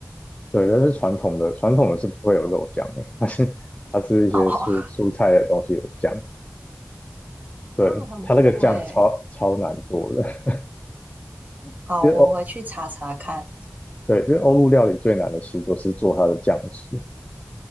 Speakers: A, on the left; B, on the right.
A: 对，但是传统的传统的是不会有肉酱的，它是它是一些蔬蔬菜的东西的酱。
B: 哦哦
A: 对，
B: 哦，很酷诶。
A: 它那个酱超超难做的，<laughs>
B: 好，
A: 因为欧
B: 我回去查查看，
A: 对，因为欧陆料理最难的其实都是做它的酱汁。